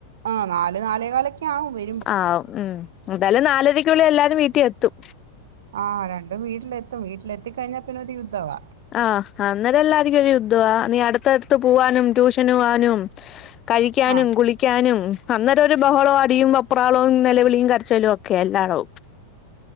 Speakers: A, on the right; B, on the left.
A: ആഹ് നാല് നാലേ കാലൊക്കെ ആവും വെ
B: ആഹ് ഉം. എന്തായാലും നാലരക്കുള്ളിൽ എല്ലാരും വീട്ടി എത്തും.
A: ആഹ് രണ്ടും വീട്ടിലെത്തും, വീട്ടിലെത്തിക്കഴിഞ്ഞാ പിന്നൊര് യുദ്ധവാ.
B: ആഹ് അന്നേരം എല്ലാർക്കും ഒരു യുദ്ധ വാ. നീ അടുത്തടുത്ത് പോവാനും ട്യൂഷന് പോവാനും കഴിക്കാനും
A: ആഹ്
B: കുളി ക്കാനും അന്നേരം ഒരു ബഹളവും അടിയും വെപ്രാളവും നെലവിളിയും കരച്ചിലും ഒക്കെയാ എല്ലാടവും